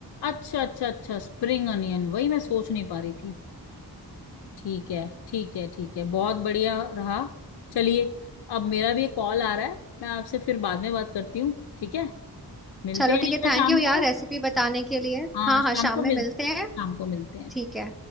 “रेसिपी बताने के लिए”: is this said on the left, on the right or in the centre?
Centre